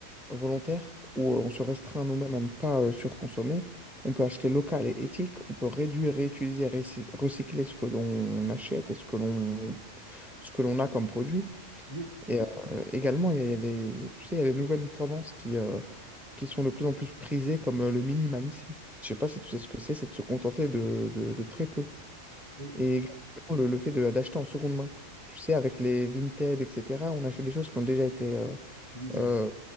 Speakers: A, in the centre; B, on the right.
A: volontaire où euh, on se restreint nous-mêmes à ne pas euh, surconsommer. On peut acheter local et éthique, on peut réduire, réutiliser, réci- recycler ce que l'on achète et ce que l'on ce que l'on a comme produit.
B: Oui,
A: Et euh, également, il y a, il y a des, tu sais, il y a des nouvelles tendances qui, euh, qui sont de plus en plus prisées, comme euh, le minimalisme. Je sais pas si tu sais ce que c'est, c'est de se contenter de, de- de très peu.
B: oui,
A: Et également le, le fait de- d'acheter en seconde main. Tu sais, avec les Vinted, etc., on achète des choses qui ont déjà été euh,
B: utiliser,
A: euh,
B: oui.